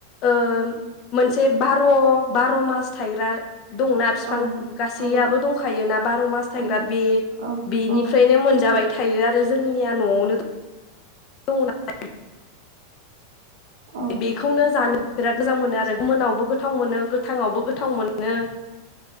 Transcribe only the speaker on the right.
औ
औ
औ
औ
औ
औ